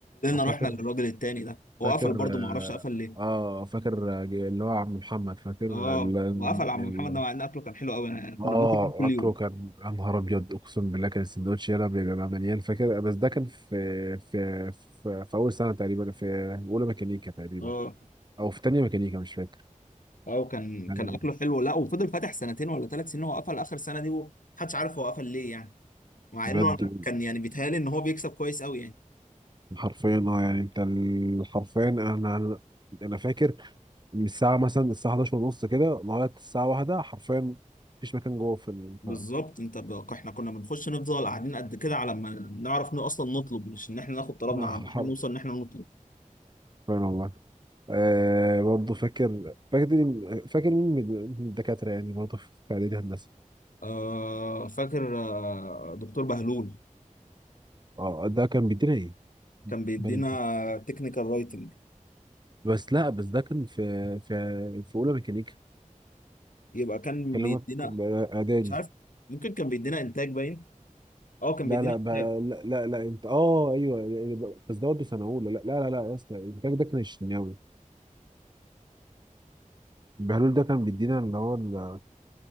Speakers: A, on the right (about 30°); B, on the left (about 75°).
A: آه، فاكر
B: رحنا للراجل التاني ده هو
A: فاكر
B: قفل برضه
A: اه
B: ما اعرفش قفل ليه
A: آه، فاكر آه، اللي هو عم محمد فاكر
B: اه
A: ال...
B: وقفل عم
A: ال...
B: محمد ده مع ان اكله كان حلو قوي يعني كنا
A: اه
B: بناكل منه كل
A: اكله
B: يوم
A: كان يا نهار ابيض اقسم بالله كان السندوتش يلا بيبقى مليان فاكر بس ده كان في في في, في اول سنه تقريبا في اولى ميكانيكا تقريبا
B: اه
A: او في تانية ميكانيكا مش فاكر
B: اه كان
A: يعني
B: كان اكله حلو لا وفضل فاتح سنتين ولا ثلاث سنين هو قفل اخر سنة دي ومحدش عارف هو قفل ليه يعني مع
A: بجد
B: انه أنا كان يعني بيتهيألي ان هو بيكسب كويس قوي يعني
A: حرفيا اه يعني انت ال- حرفيا انا انا أنا فاكر من الساعه مثلا الساعه 11 ونص كده لغايه الساعه واحدة حرفيا مفيش مكان جوه في البتاع
B: بالظبط انت بقى احنا كنا بنخش نفضل قاعدين قد كده على ما نعرف ان اصلا نطلب مش ان احنا ناخد طلبنا
A: آه،
B: على ما
A: حرفيا
B: احنا نوصل ان احنا نطلب
A: والله آه برضه فاكر فاكر مين- فاكر مين من من الدكاتره يعني برضه في في اعدادي هندسه
B: آه فاكر آه دكتور بهلول
A: اه ده كان بيدينا ايه
B: كان بيدينا
A: بل-
B: تكنيكال رايتنج
A: بس لا بس ده كان في في في اولى ميكانيكا
B: يبقى كان
A: كلامك
B: بيدينا
A: اعدادي
B: مش عارف ممكن كان بيدينا انتاج باين اه كان
A: لا
B: بيدينا
A: لا بقى
B: انتاج
A: لا لا لا انت اه ايوه بس ده برضه سنه اولى لا لا لا, لا يا اسطى انت ده كان الشناوي بهلول ده كان بيدينا اللي هو ال-